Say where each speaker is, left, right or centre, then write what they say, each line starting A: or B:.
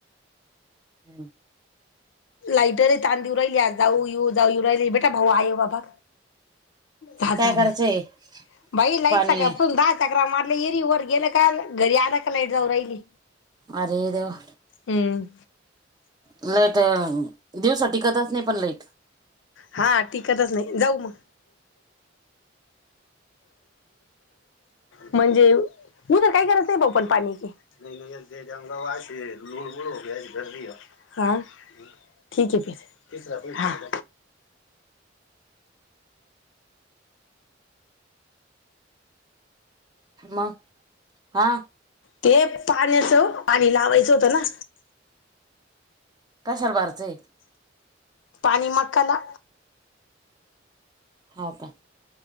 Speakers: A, on the right; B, on the left.
A: <unintelligible>
B: लाईटर ताण देऊ राहिले जाऊ -येऊ, जाऊ -येऊ राहिली बेटा, भाऊ, अयो, बाबा. झा, झा,
A: काय करायचंय
B: ना बाई लाईट
A: पाणी
B: सकाळपासून दा चकरा मारलं येरी वर गेलं कार, घरी आलं का लाईट जाऊ राहिली.
A: अरे देवा.
B: हम्म.
A: लाईट, दिवसा टिकतच नाही पण लाईट.
B: हा, टिकतच नाही जाऊ मग. म्हणजे व उधर काय करायचं हे भाऊ पण पाणी ते. ते जाऊ वा लूण, वूण होग गरदीय, हां ठीक हे फिर हा <inaudible>
A: मग हा.
B: ते पाण्याचं, पाणी लावायचं होतं ना.
A: कशाला भारतंय?
B: पाणी मकाला.
A: होव का.